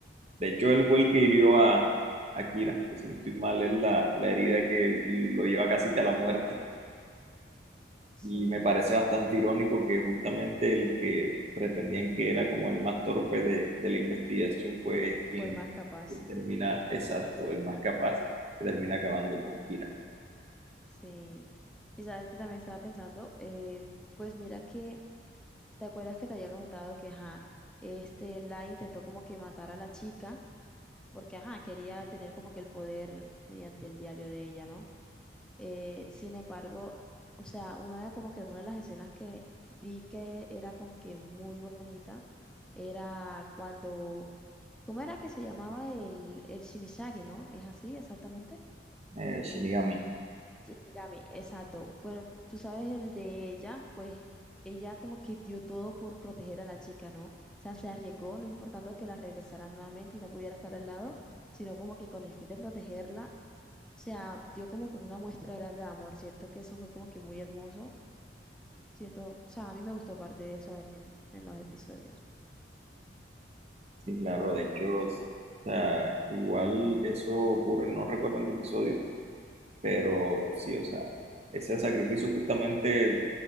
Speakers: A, on the right; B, in the centre.
A: de hecho él fue el que hirió a, a Kira, que si no estoy mal es la, la herida que lo lleva casi que a la muerte.
B: sí,
A: y me parece bastante irónico que justamente el que pretendían que era como el más torpe de, de la investigación, pues es quien
B: fue el más capaz.
A: quien termina, exacto, el más capaz, que termina acabando con Kira,
B: Sí, y sabes que también estaba pensando, eh, pues mira que, ¿te acuerdas que te había comentado que, ajá, este, la intentó como que matar a la chica, porque, ajá, quería tener como que el poder mediante el diario de ella, ¿no? Eh, sin embargo, o sea, una de como que una de las escenas que vi que era como que muy bonita, era cuando, ¿cómo era que se llamaba el, el Shimizagi, ¿no? ¿Es así exactamente?
A: eh, Shinigami.
B: Shinigami, exacto. Bueno, tú sabes el de ella, pues ella como que dio todo por proteger a la chica, ¿no? O sea, se arriesgó, no importando que la regresaran nuevamente y no pudiera estar al lado, sino como que con el fin de protegerla, o sea, dio como que una muestra grande de amor, ¿cierto? Que eso fue como que muy hermoso. Siento, o sea, a mí me gustó parte de eso en, en los episodios,
A: Sí, claro, de hecho,
B: pero sí.
A: o sea, igual eso ocurre, no recuerdo en qué episodio, pero sí, o sea, ese sacrificio justamente